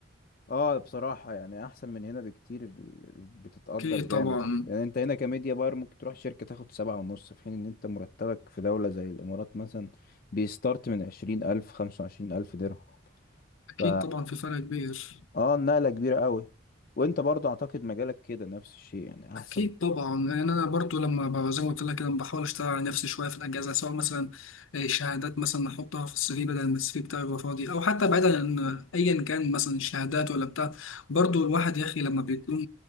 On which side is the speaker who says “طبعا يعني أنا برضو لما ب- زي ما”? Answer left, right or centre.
Left